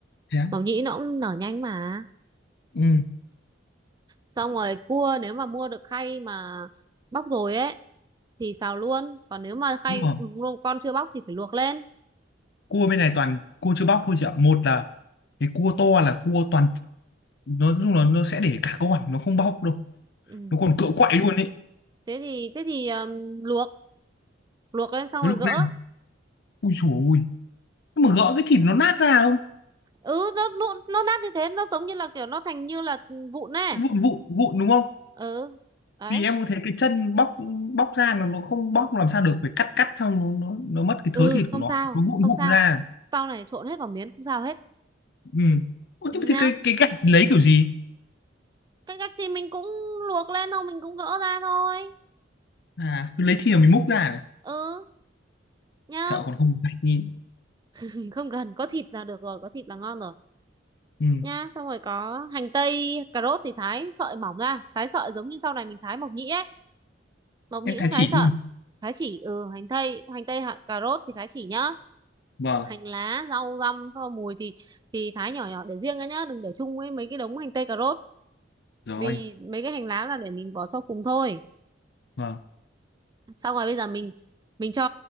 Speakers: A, on the left (about 60°); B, on the right (about 20°).
A: thế á?
B: mộc nhĩ nó cũng nở nhanh mà
A: ừ.
B: xong rồi cua nếu mà mua được khay mà bóc rồi ấy thì xào luôn còn nếu mà khay
A: nhưng mà
B: luôn con chưa bóc thì phải luộc lên
A: cua bên này toàn cua chưa bóc thôi chị ạ một là cái cua to là cua toàn nói chung là nó sẽ để cả con nó không bóc đâu
B: ừ.
A: nó còn cựa quậy luôn đấy
B: thế thì thế thì um, luộc luộc lên xong
A: nó
B: rồi
A: lúc
B: gỡ
A: lên ui dồi ui nhưng mà gỡ cái thịt nó nát ra không
B: ừ nó nó nó nát như thế nó giống như là kiểu nó thành như là vụn này
A: cái vụn vụn vụn đúng không
B: ừ đấy
A: thì em có thấy cái chân bóc bóc ra nó nó không bóc làm sao được phải cắt cắt xong nó nó mất cái
B: Ừ
A: thớ thịt
B: không
A: của nó
B: sao
A: nó vụn
B: Không
A: vụn
B: sao
A: ra
B: Sau này trộn hết vào miến không sao hết
A: ừ Ủa,
B: ừ,
A: chứ
B: nhá
A: thì cái cái gạch lấy kiểu gì
B: Cái cách thì mình cũng luộc lên thôi Mình cũng gỡ ra thôi
A: à cứ lấy thìa mình múc ra à?
B: Ừ nhá
A: sợ còn không gạch nhìn
B: <laughs> Không cần có thịt là được rồi Có thịt là ngon rồi
A: ừ
B: nhá Xong rồi có hành tây cà rốt thì thái sợi mỏng ra Thái sợi giống như sau này mình thái mộc nhĩ ấy Mộc nhĩ
A: em thái
B: cũng thái
A: chỉ
B: sợi
A: luôn
B: Thái chỉ ừ hành tây Hành tây hạt cà rốt thì thái chỉ nhá
A: vâng
B: Hành lá rau răm rau mùi thì thì thái nhỏ nhỏ để riêng ra nhá Đừng để chung với mấy cái đống hành tây cà rốt
A: rồi
B: vì mấy cái hành lá là để mình bỏ sau cùng thôi
A: vâng
B: xong rồi bây giờ mình mình cho